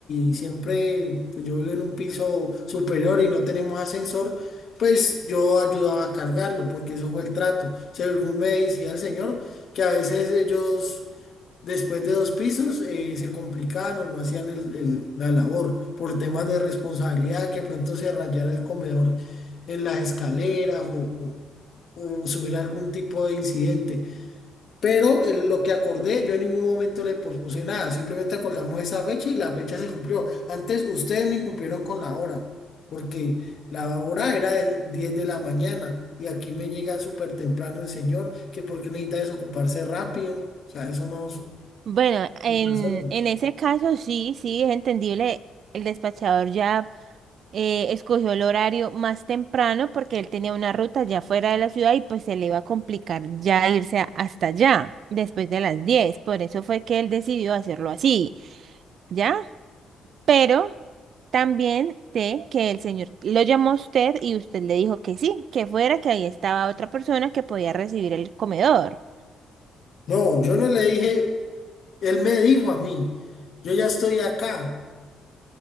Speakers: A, on the left; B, on the right.
A: y siempre pues, yo vivo en un piso superior y no tenemos ascensor, pues yo ayudaba a cargarlo porque eso fue el trato. Según me decía el señor, que a veces ellos Después de dos pisos eh, se complicaban o no hacían el- el- la labor por temas de responsabilidad, que pronto se rayara el comedor en las escaleras o, o- o subir algún tipo de incidente. Pero eh, lo que acordé, yo en ningún momento le pospuse nada, simplemente acordamos esa fecha y la fecha se cumplió. Antes ustedes me incumplieron con la hora, porque la hora era de 10 de la mañana y aquí me llega súper temprano el señor, que porque necesita desocuparse rápido. O sea, eso no
B: Bueno, en,
A: me cansaron.
B: en ese caso sí, sí, es entendible. El despachador ya eh, escogió el horario más temprano porque él tenía una ruta ya fuera de la ciudad y pues se le iba a complicar ya irse a- hasta allá después de las diez Por eso fue que él decidió hacerlo así, ¿ya? Pero también sé que el señor lo llamó a usted y usted le dijo que sí, que fuera, que ahí estaba otra persona que podía recibir el comedor.
A: No, yo no le dije, él me dijo a mí, yo ya estoy acá.